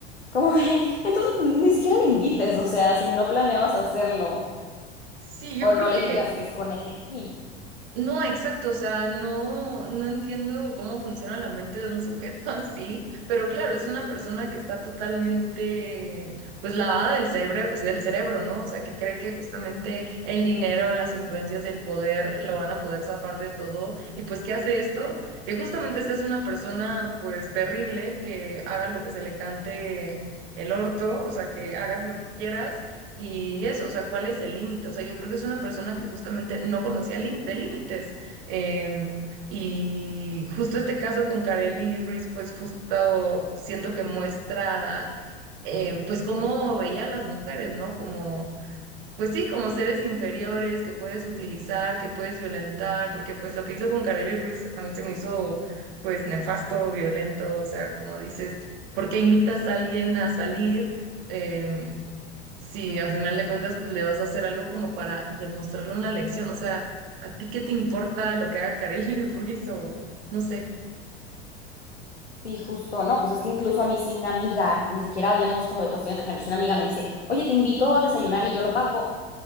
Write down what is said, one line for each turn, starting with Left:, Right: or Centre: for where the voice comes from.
Left: Como de, <laughs> entonces ni siquiera le invites, o sea, si no planeabas hacerlo
Right: Sí, yo
Left: o
Right: creo
Left: no le
Right: que
Left: digas que es con este fin.
Right: No, exacto, o sea, no, no entiendo cómo funciona la mente de un sujeto <laughs> así, pero claro, es una persona que está totalmente, pues, lavada del cerebro, del cerebro, ¿no? O sea, que cree que justamente el dinero, las influencias del poder lo van a poder zafar de todo. Y pues, ¿qué hace esto? Que justamente seas una persona, pues, terrible, que haga lo que se le cante el orto, o sea, que hagas lo que quieras y eso, o sea, ¿cuál es el límite? O sea, yo creo que es una persona que justamente no conocía lim- de límites. Em, y justo este caso con Kareli Ruiz, pues justo siento que muestra, em, pues cómo veía a las mujeres, ¿no? Como, pues sí, como seres inferiores que puedes utilizar, que puedes violentar, porque pues lo que hizo con Kareli Ruiz a mí se me hizo, pues, nefasto, violento, o sea, como dices, ¿por qué invitas a alguien a salir? em, si a final de cuentas pues le vas a hacer algo como para demostrarle una lección, o sea, ¿a ti qué te importa lo que haga Kareli <laughs> Ruiz o no sé?
Left: Sí, justo, no, pues es que incluso a mí sí una amiga, ni siquiera hablemos como de cuestiones de género, si una amiga me dice, oye, te invito a desayunar y yo lo pago,